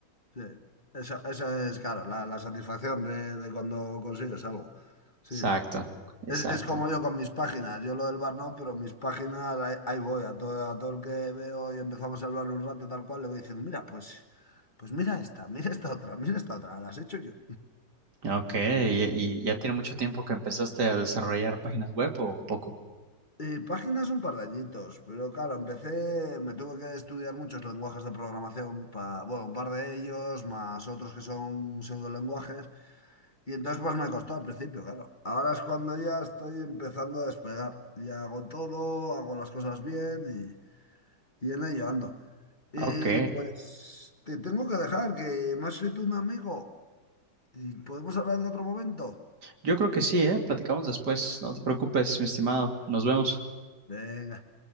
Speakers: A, on the left (about 30°); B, on the right (about 65°).
A: sí. Esa, esa es, claro, la, la satisfacción de, de cuando consigues algo. Sí,
B: Exacto,
A: sí.
B: exacto.
A: Es, es como yo con mis páginas. Yo lo del bar no, pero mis páginas ahí, ahí voy. A todo, a todo el que veo y empezamos a hablar un rato tal cual, le voy diciendo, mira, pues, pues mira esta, mira esta otra, mira esta otra, las he hecho yo.
B: Ok, y, y ya tiene mucho tiempo que empezaste a desarrollar páginas web o poco.
A: Y páginas un par de añitos, pero claro, empecé, me tuve que estudiar muchos lenguajes de programación, para, bueno, un par de ellos, más otros que son pseudolenguajes, y entonces pues me costó al principio, claro. Ahora es cuando ya estoy empezando a despegar, ya hago todo, hago las cosas bien y, y en ello ando. Y
B: Ok,
A: pues te tengo que dejar, que me ha escrito un amigo. ¿Y podemos hablar en otro momento?
B: yo creo que sí, ¿eh? Platicamos después, no te preocupes, mi estimado, nos vemos.
A: Venga.